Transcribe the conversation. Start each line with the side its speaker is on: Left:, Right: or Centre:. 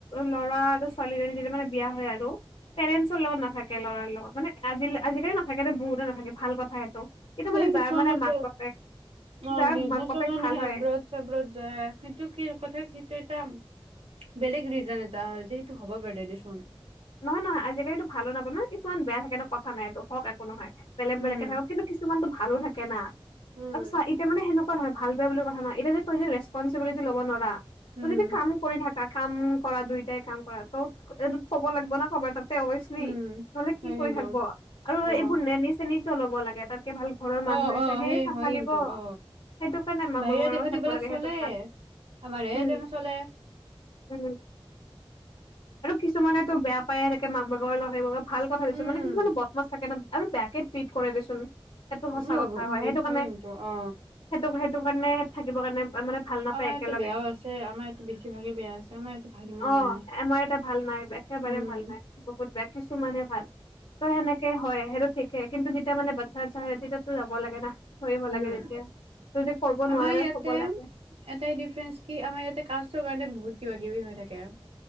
Left: ল'ৰা আৰু ছোৱালীজনী তেতিয়া মানে বিয়া হয় আৰু। পেৰেণ্টছৰ লগত নাথাকে লৰাৰ লগত, মানে আজিল আজিকালি নাথাকে বহুতে নাথাকে, ভাল কথা এইটো। কিন্তু,
Right: এই
Left: মানে
Right: কিছুমানতে
Left: যাৰ মানে মাক বাপেক,
Right: অ
Left: যাৰ
Right: বিজনেচৰ
Left: মাক বাপেক
Right: কাৰণে
Left: ভাল হয়।
Right: এব্ৰত যায় সেইটো কি কথা সেইটো এটা বেলেগ ৰিজন এটা, যিটো হ'ব পাৰে দেচোন।
Left: নহয় নহয় আজিকালিতো ভালো নাপায় মানে কিছুমান বেয়া থাকে ন' কথা নাই, সেইটো হওঁ একো নহয় বেলেগ
Right: উম
Left: বেলেগ কে থাকক। কিন্তু কিছুমানতো ভালো থাকে না'
Right: উম
Left: আৰু চা এতিয়া মানে সেনেকুৱা ভাল বেয়া বুলি কথা নাই, এতিয়া তই যদি ৰেচপঞ্চিবিলিটি ল'ব নোৱাৰা।
Right: উম
Left: তই যদি কাম কৰি থাকা কাম কৰা দুইটাই কাম কৰা তৌ, এইটো কব লাগিব না কাবা তাত অবয়চমি,
Right: উম
Left: নহলে কি
Right: হয়
Left: কৰি
Right: কিন্তু
Left: থাকিব, আৰু
Right: অ
Left: এইবোৰ নেনি-চেনি কিয় ল'ব লাগে। তাতকে ভাল ঘৰৰ মানুহে
Right: অ
Left: আছে
Right: অ
Left: সেইয়ে
Right: সেই
Left: চম্ভালিব,
Right: হয় কিন্তু অ
Left: সেইটো কাৰণে মাক
Right: বাহিৰা
Left: বাপেকৰ
Right: দেশত
Left: লগত থাকিব
Right: এইবিলাক
Left: লাগে
Right: চলে
Left: সেইটো ভাল।
Right: আমাৰ এ'
Left: উম
Right: তেনে চলে।
Left: উম', আৰু কিছুমানেতো বেয়া পায় থাকে মাক বাপেকৰ লগত থাকিব ভাল কথা দেচোন,
Right: উম
Left: কিছুমানে বদমাছ থাকে ন' আৰু বেয়াকে ট্ৰিত কৰে দেচোন। সেইটো সঁচা
Right: উ
Left: কথা হয় সেইটো
Right: দেখছো
Left: কাৰণে,
Right: কিন্তু অ
Left: সেইটো- সেইটো কাৰণে থাকিবৰ কাৰণে মানে ভাল নাপায়
Right: আমাৰ
Left: একেলগে।
Right: ইয়াতে বেয়াও আছে আমাৰ ইয়াতে বেছিভাগে বেয়া আছে আমাৰ ইয়াতে ভাল ইমান
Left: অ',।
Right: নাই
Left: আমাৰ এটা ভাল নাই ব' একেবাৰে
Right: উম
Left: ভাল নাই, বহুত বেয়া কিছুমানে ভাল ত' সেনেকে হয়। সেইটো ঠিকে কিন্তু, যেতিয়া মানে বাতচাচ আহে তেতিয়া যাব লাগে না ধৰিব লাগে
Right: উম
Left: তেতিয়া, যদি কৰিব
Right: আমাৰ
Left: নোৱাৰা ন'
Right: ইয়াতে
Left: থব লাগে।
Right: এটাই ডিফাৰেন্স কি আমাৰ ইয়াতে কাষ্টৰ কাৰণে বহুত কিবা কিবি হৈ থাকে।